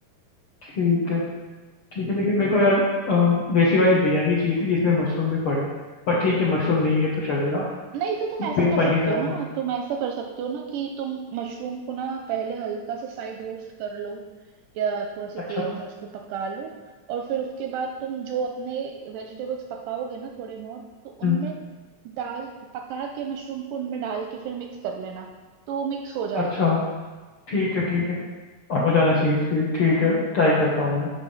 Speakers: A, on the left; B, on the right.
A: ठीक है ठीक है लेकिन मेरे को यार अ, देसी वाली बिरयानी चाहिए थी जिसमें मशरूम भी पड़े पर ठीक है मशरूम नहीं है तो चलेगा
B: नहीं तो तुम ऐसा कर
A: पनीर
B: सकते
A: डाल
B: हो ना
A: दे
B: तुम ऐसा कर सकते हो ना कि तुम मशरूम को ना पहले हल्का सा साइड रोस्ट कर लो या थोड़ा से
A: अच्छा
B: तेल में उसको पका लो और फिर उसके बाद तुम जो अपने वेजिटेबल्स पकाओगे ना थोड़े बहुत तो
A: हम्म,
B: उनमें डाल पका के मशरूम को उनमें डाल के फिर मिक्स कर लेना तो मिक्स हो जाएगा
A: अच्छा ठीक है ठीक है हो जाना चाहिए फिर ठीक है ट्राई करता हूँ मैं